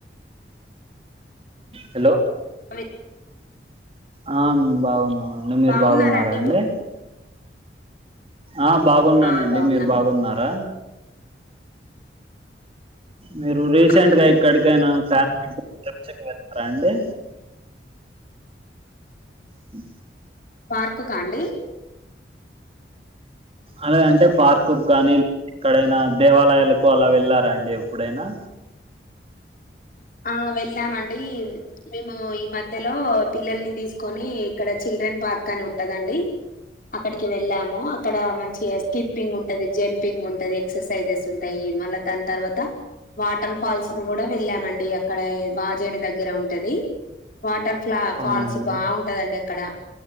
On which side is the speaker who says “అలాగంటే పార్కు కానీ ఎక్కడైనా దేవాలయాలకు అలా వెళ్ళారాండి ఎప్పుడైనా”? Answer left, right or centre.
Right